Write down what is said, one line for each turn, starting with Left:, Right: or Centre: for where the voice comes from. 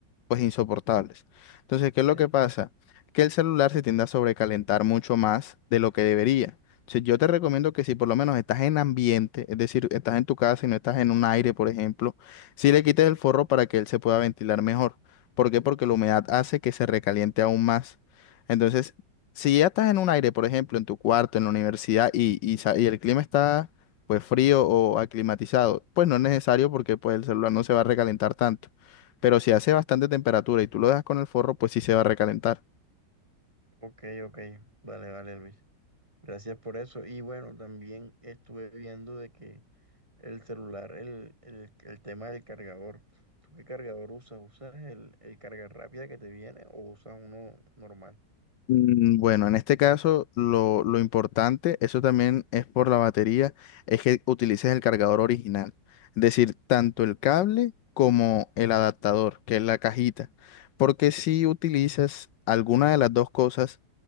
Left: pues insoportables. Entonces, ¿qué
Right: Sí,
Left: es lo que pasa? Que el celular se tiende a sobrecalentar mucho más de lo que debería. Entonces, yo te recomiendo que si por lo menos estás en ambiente, es decir, estás en tu casa y no estás en un aire, por ejemplo, si le quites el forro para que él se pueda ventilar mejor. ¿Por qué? Porque la humedad hace que se recaliente aún más. Entonces, si ya estás en un aire, por ejemplo, en tu cuarto, en la universidad, y, y sa- y el clima está pues frío o aclimatizado, pues no es necesario porque pues el celular no se va a recalentar tanto pero si hace bastante temperatura y tú lo dejas con el forro, pues sí se va a recalentar.
Right: ok, ok, vale, vale, Luis. Gracias por eso. Y bueno, también estuve viendo de que El celular, el, el, el tema del cargador. ¿Tú qué cargador usas? ¿Usas el, el carga rápida que te viene o usas uno normal?
Left: Mm, Bueno, en este caso lo, lo importante, eso también es por la batería, es que utilices el cargador original, es decir, tanto el cable como el adaptador, que es la cajita, porque si utilizas alguna de las dos cosas,